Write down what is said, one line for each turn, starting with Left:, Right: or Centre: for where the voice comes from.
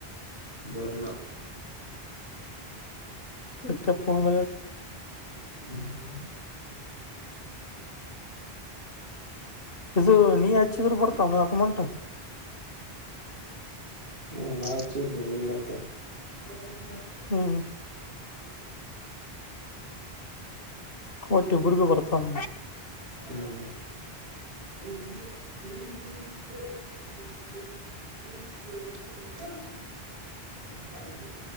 Right: ಬರ್ಲ
Left: ಎ ಪ ವಳ
Right: ಹ್ಮ್
Left: ಇದು ನೀ ಹಚ್ಚಿದ್ರು ಬರ್ತಾವ ನಾಕ ಮಂಟ
Right: ಹ್ಮ್ ನಾಚ್ಚೂರ್ನ ನೀ ಬರತ ಎ
Left: ಹ್ಮ್ ಓಟ್ಟೆಬರಿಗೂ ಬರ್ತಾನ
Right: ಹ್ಮ್ ಹ್ಮ್ಮ <inaudible> ಹ ಹಾಗ